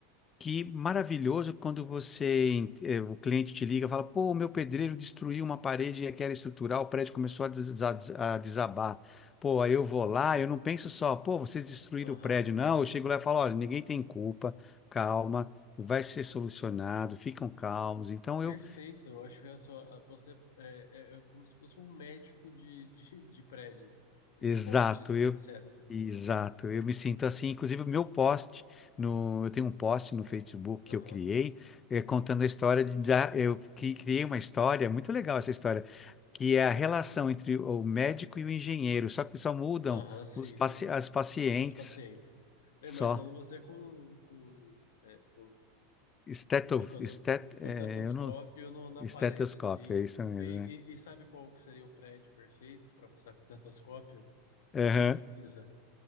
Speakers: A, on the left (about 25°); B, on the left (about 80°).
A: Que maravilhoso quando você, eh, o cliente te liga e fala, pô, o meu pedreiro destruiu uma parede e era estrutural, o prédio começou a desa- a desabar. Pô, aí eu vou lá, eu não penso só, pô, vocês destruíram
B: Aham.
A: o prédio. Não, eu chego lá e falo, olha, ninguém tem culpa, calma, vai ser solucionado, ficam calmos. Então
B: Perfeito.
A: eu
B: Eu acho que é só você é, é- é como se fosse um médico de, de, de prédios e
A: Exato,
B: pontes,
A: eu,
B: etc.
A: exato, eu me sinto assim. Inclusive, o meu post no, eu tenho um post no Facebook que
B: Aham,
A: eu criei, eh, contando a história de, da, eu que criei uma história é muito legal essa história, que é a relação entre o médico e o engenheiro, só que só mudam
B: aham, sim,
A: os paci
B: sim.
A: as pacientes,
B: Os pacientes. Eu
A: só
B: Imaginando você com, com, é, com,
A: Esteto,
B: colocando
A: estet,
B: com
A: eh,
B: o estetoscópio
A: eu não,
B: no- na
A: estetoscópio,
B: parede, assim.
A: é isso mesmo,
B: E, e- e sabe qual que seria o prédio perfeito para mostrar com o estetoscópio?
A: né?
B: A Torre de Pisa.